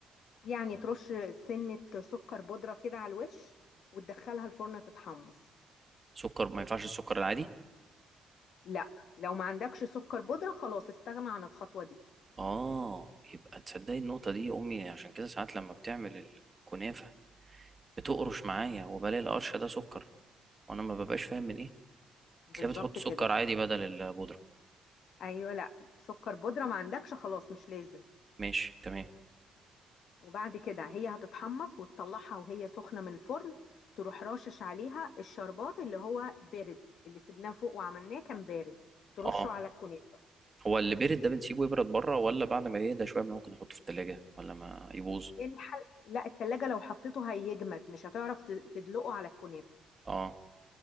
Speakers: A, on the left; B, on the right.
A: يعني ترش سنه سكر بودره كده على الوش وتدخلها الفرن تتحمص
B: سكر ما ينفعش السكر العادي
A: لا لو ما عندكش سكر بودره خلاص استغنى عن الخطوه دي
B: اه يبقى تصدقي النقطة دي امي عشان كده ساعات لما بتعمل الكنافة بتقرش معايا وبلاقي القرش ده سكر وانا ما ببقاش فاهم من ايه
A: بالظبط
B: تلاقيها بتحط سكر
A: كده
B: عادي بدل البودرة
A: ايوه لا سكر بودره ما عندكش خلاص مش لازم
B: ماشي تمام
A: وبعد كده هي هتتحمص وتطلعها وهي سخنة من الفرن تروح راشش عليها الشربات اللي هو بارد اللي سبناه فوق وعملناه كان بارد ترشه
B: اه
A: على الكنافة
B: هو اللي بيرد ده بنسيبه يبرد بره ولا بعد ما يهدى شويه ممكن نحطه في التلاجة ولا ما يبوظ
A: الحل... لا التلاجة لو حطيته هيجمد مش هتعرف ت- تدلقه على الكنافة
B: اه